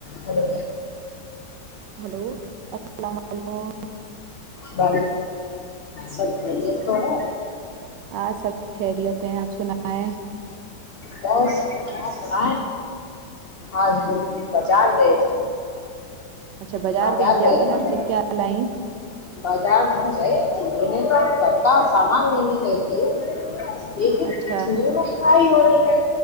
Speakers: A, on the left (about 85°); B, on the right (about 80°).
A: hello
B: hello السلام علیکم
A: ب سب تھوڑا
B: ہاں سب خیریت ہے آپ سنا ہے
A: بس ہم کیا سر آج ہم بازار گئے تھے
B: اچھا
A: بازار
B: گئی تھی
A: گئے
B: آپ بازار
A: ہم
B: سے کیا لائیں
A: بازار ہم گئے نہیں تو بتا سامان لیین نہیں تھے دیکن
B: اچھا
A: اتنی مہنگائی ہو رہی ہے